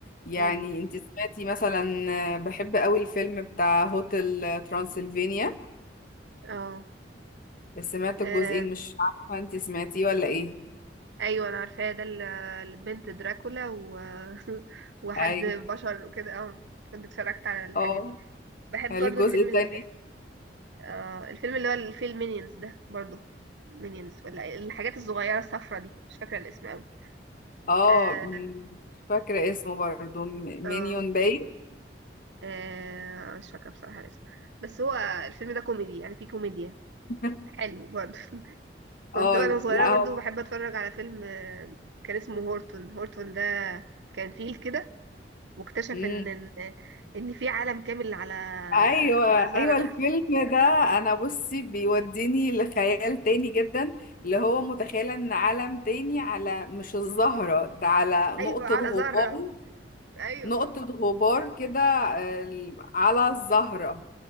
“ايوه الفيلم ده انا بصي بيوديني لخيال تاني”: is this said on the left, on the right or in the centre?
Left